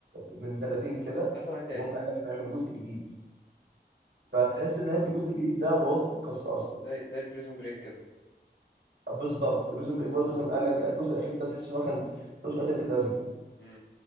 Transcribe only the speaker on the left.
تحوى تاني
امم
زي زي بريزون بريك كده
امم